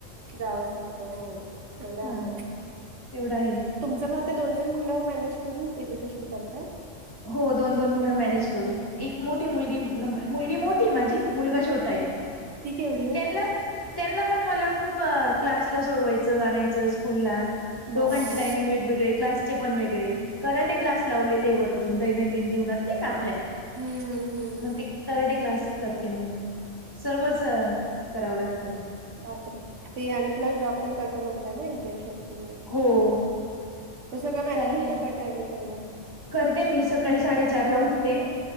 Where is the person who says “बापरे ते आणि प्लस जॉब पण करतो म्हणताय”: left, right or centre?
Right